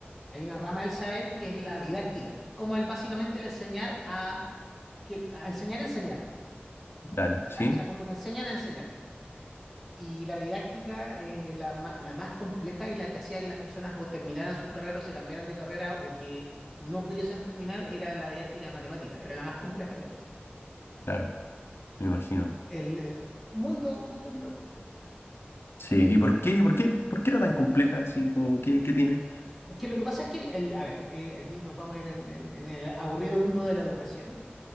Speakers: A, in the centre; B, on the left.
A: hay una rama del saber que es la didáctica, que es como el básicamente el enseñar a, que, el- a enseñar a enseñar,
B: dale,
A: ¿ya?
B: sí,
A: O sea, como te enseñan a enseñar. Y la didáctica, eh, la, ma- la más compleja y la que hacía que las personas vo- terminaran sus carreras o se cambiaran de carrera o que no pudiesen terminar, era la didáctica de matemática, era la más compleja de todas.
B: claro, me imagino.
A: El eh, mundo, mundo del loco. po.
B: Sí, ¿y por qué? ¿Y por qué? ¿Por qué era tan compleja? Así como, ¿qué, qué tiene?
A: Es Que lo que pasa es que, el, el- a ver, eh, aquí nos vamos a ir en, en- en el aburrido mundo de la educación.